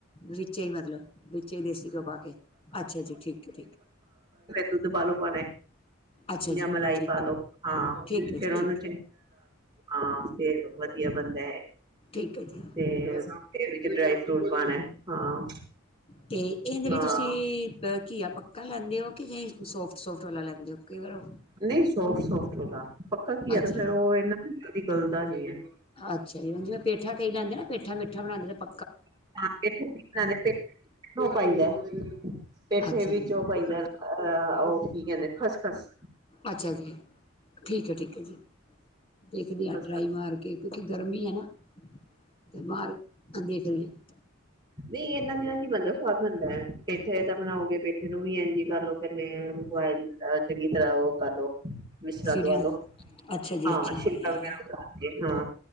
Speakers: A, on the left; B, on the right.
A: ਵਿੱਚੇ ਹੀ ਮਤਲਬ ਵਿੱਚੇ ਹੀ ਦੇਸੀ ਘਿਓ ਪਾ ਕੇ ਅੱਛਾ ਜੀ ਠੀਕ ਹੈ ਠੀਕ ਹੈ
B: ਦੁੱਦ ਪਾਾਲੋ ਪਾਣੈ
A: ਅੱਛਾ ਜੀ
B: ਯਾ ਮਲਾਈ
A: ਠੀਕ
B: ਪਾਲੋ, ਹਾਂ
A: ਠੀਕ ਹੈ
B: ਫੇਰ
A: ਜੀ
B: ਓਨੂੰ
A: ਠੀਕ ਹੈ
B: ਹਾਂ, ਫੇਰ ਵਦੀਆ ਬਨ ਦੈ।
A: ਠੀਕ ਐ ਜੀ।
B: ਤੇ ਵਿੱਚ ਡ੍ਰਾਈ ਫ੍ਰੂਟ ਪਾਨੈ, ਹਾਂ।
A: ਤੇ ਏਂਦੇ ਵਿੱਚ
B: ਹਾਂ
A: ਤੁਸੀਂ ਪ ਘੀਆ ਪੱਕਾ ਲੈਂਦੇ ਓ ਕਿ <unintelligible> ਸੋਫਟ? ਸੋਫਟ ਵਾਲਾ ਲੈਂਦੇ ਹੋ ਕਈ ਵਾਰ
B: ਨਈ ਸੋਫਟ-ਸੋਫਟ ਥੋੜਾ, ਪੱਕਾ ਕੀ ਏ
A: ਅੱਛਾ
B: ਤਾਂ ਫੇਰ
A: ਜੀ
B: ਓ ਨਾਂ ਕਦੀ ਗੱਲਦਾ ਨੀ ਏ।
A: ਅੱਛਾ ਜੀ, ਹੁਣ ਜਿਂਵੇ ਪੇਠਾ ਕਈ ਜਾਂਦੇ ਨਾ ਪੇਠਾ ਮਿੱਠਾ ਬਣਾਂਦੇ ਪ
B: <unintelligible> ਪੇਠੇ
A: ਅੱਛਾ
B: ਵਿੱਚ
A: ਜੀ
B: ਓ ਪਾਈ ਆ ਅ ਓ ਕੀ ਕੈਂਦੇ ਨੇ ਖੱਸ-ਖਸ।
A: ਅੱਛਾ ਜੀ, ਠੀਕ ਏ, ਠੀਕ ਏ ਜੀ ਦੇਖਦੇ ਆਂ
B: ਖਸਖਸ
A: ਟ੍ਰਾਈ ਮਾਰ ਕੇ ਕਿਉਂਕਿ ਗਰਮੀ ਐ ਨਾ, ਤੇ ਬਾਰਂ ਦੇਖ ਦੇ ਆਂ।
B: ਨਈ ਐਨਾਂ ਦਿਨਾਂ ਚ ਈ ਬਨਦੈ ਸਵਾਦ ਬਨਦਾ ਐ, ਪੇਠੇ ਦਾ ਏਦਾ ਬਣਾਓਗੇ ਪੈਠੇ ਨੂੰ ਵੀ ਏਂਜ ਈ ਕਿਰ ਲੋ। <unintelligible> ਚੰਗੀ ਤਰਾ ਓ ਕਾਰ ਲੋ ਵਿਸਲਾ
A: ਸੀਟੀਆਂ
B: ਦਵਾਲੋ
A: ਅੱਛਾ ਜੀ
B: ਹਾਂ,
A: ਅੱਛਾ
B: ਸਿ਼ਟਾ
A: ਜੀ
B: ਵਗੈਰਾ